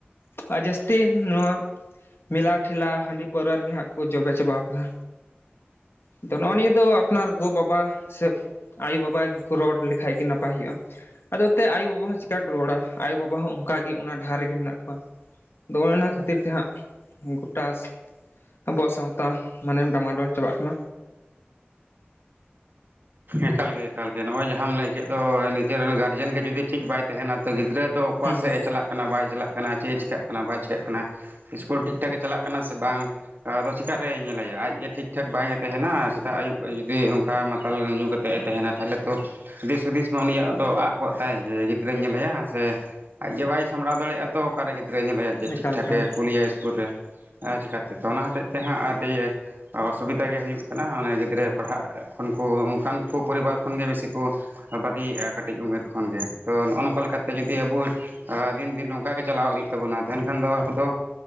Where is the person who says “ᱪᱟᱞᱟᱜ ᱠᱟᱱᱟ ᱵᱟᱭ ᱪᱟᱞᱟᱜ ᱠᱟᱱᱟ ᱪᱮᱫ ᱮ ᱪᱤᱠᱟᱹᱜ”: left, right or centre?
Right